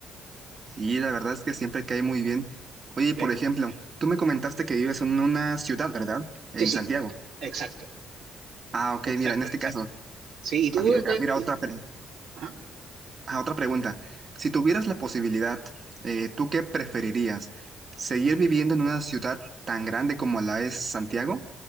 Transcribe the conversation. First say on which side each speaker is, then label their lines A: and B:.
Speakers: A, on the right; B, on the right.
A: sí, la verdad es que siempre cae muy bien. Oye, y por
B: Sí.
A: ejemplo, tú me comentaste que vives en una ciudad, ¿verdad? En
B: Sí, sí,
A: Santiago.
B: exacto,
A: Ah, ok,
B: exacto,
A: mira, en este
B: exacto.
A: caso,
B: Sí, y tú,
A: Ah, mira,
B: eh,
A: mira,
B: pues,
A: mira
B: y-
A: otra, pre-
B: ajá.
A: ah, otra pregunta. Si tuvieras la posibilidad, eh, ¿tú qué preferirías? ¿Seguir viviendo en una ciudad tan grande como la es Santiago?